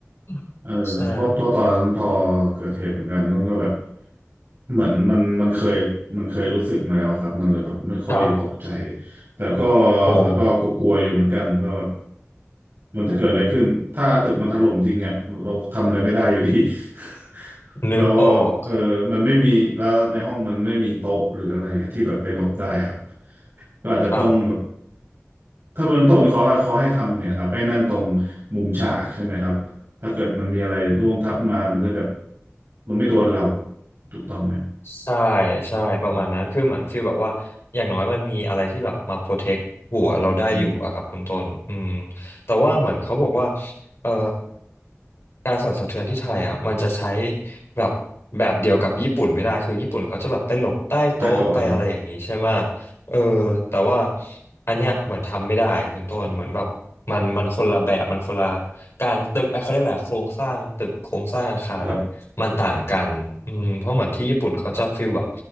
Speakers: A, on the left (about 60°); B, on the right (about 50°).
A: <laughs>
B: เออเพราะตัวตอนนั้นพอเกิดเหตุเหมือนกันนุ่นก็แบบ
A: ใช่
B: เหมือนมันมันเคยมันเคยรู้สึกมาแล้วครับมันเลยแบบไม่ค่อยตกใจ
A: ครับ
B: แต่ก็
A: โอ้
B: แล้วก็กลัวๆอยู่เหมือนกันว่าแบบมันจะเกิดอะไรขึ้นถ้าตึกมันถล่มจริงอ่ะเราทำอะไรไม่ได้อยู่ดี <laughs>
A: นึกออก
B: แล้วเออมันไม่มีแล้วในห้องมันไม่มีโต๊ะหรืออะไรอะที่แบบไปหลบได้ครับก็อาจจะต้องแบบ
A: ครับ
B: ถ้าเบื้องต้นเขาเขาให้ทำเนี่ยนะครับไปนั่งตรงมุมฉากใช่ไหมครับถ้าเกิดมันมีอะไรร่วงทับมา มันจะแบบมันไม่โดนเราถูกต้องไหม
A: ใช่ใช่ประมาณนั้นคือเหมือนฟีลแบบว่าอย่างน้อยมันมีอะไรที่แบบมาโปรเทคหัวเราได้อยู่อะครับคุณต้นอืม
B: อืมอืม
A: แต่ว่าเหมือนเขาบอกว่าเอ่อการสั่นสะเทือนที่ไทยอ่ะมันจะใช้แบบแบบเดียวกับญี่ปุ่นไม่ได้คือญี่ปุ่นเขาจะแบบไปหลบใต้โต๊ะไปอะไรอย่างนี้ใช่ไหม
B: ใต้โต๊ะนะครับ
A: เออแต่ว่าอันเนี้ยเหมือนทำไม่ได้คุณต้นเหมือนแบบมันมันคนละแบบมันคนละการตึกเอ้ยเขาเรียกอะไรอะโครงสร้างตึกโครงสร้างอาคารอ่ะ
B: ครับ
A: มันต่างกันอืมเพราะเหมือนที่ญี่ปุ่นเขาจะฟีลแบบ